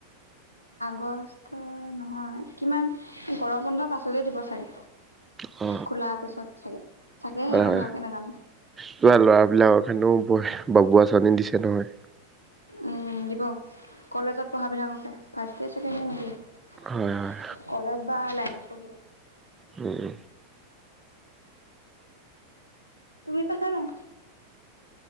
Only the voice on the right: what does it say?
অ।
হয়
হয়
কিবা লৰাবিলাকক হেনো বাবু আচনি দিছে নহয়।
হয় হয়
উম।